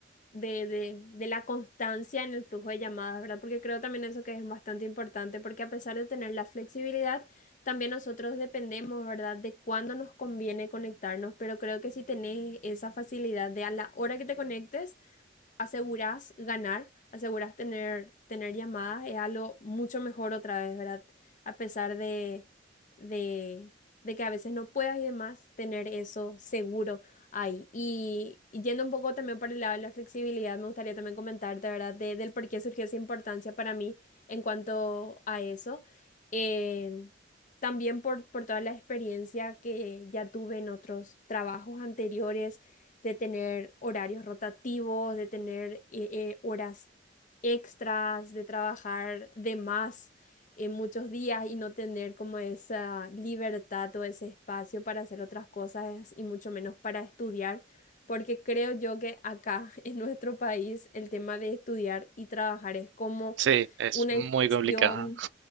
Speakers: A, on the left; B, on the right.
A: de, de, de la constancia en el flujo de llamadas, ¿verdad? Porque creo también eso que es bastante importante, porque a pesar de tener la flexibilidad, también nosotros dependemos, ¿verdad?, de cuándo nos conviene conectarnos, pero creo que si tenés esa facilidad de a la hora que te conectes, aseguras ganar, aseguras tener, tener llamadas, es algo mucho mejor otra vez, ¿verdad? A pesar de, de, de que a veces no puedas y demás, tener eso seguro ahí. Y, y yendo un poco también por el lado de la flexibilidad, me gustaría también comentarte, ¿verdad? De, del por qué surgió esa importancia para mí en cuanto a eso. Eh, también por, por toda la experiencia que ya tuve en otros trabajos anteriores de tener horarios rotativos, de tener eh, eh, horas extras, de trabajar de más en muchos días y no tener como esa libertad o ese espacio para hacer otras cosas y mucho menos para estudiar, porque creo yo que acá <laughs> en nuestro país el tema de estudiar y trabajar es como
B: Sí, es
A: una
B: muy
A: inversión.
B: complicado.